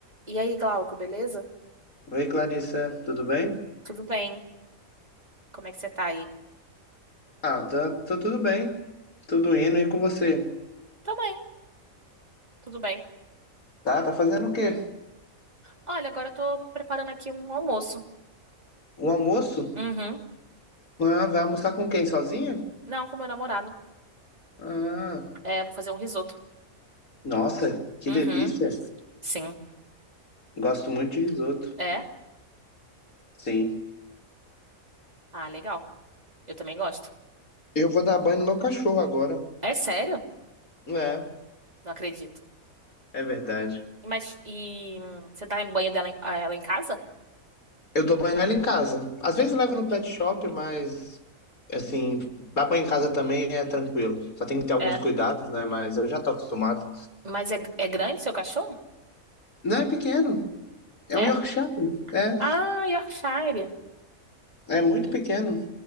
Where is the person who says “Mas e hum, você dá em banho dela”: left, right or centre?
Right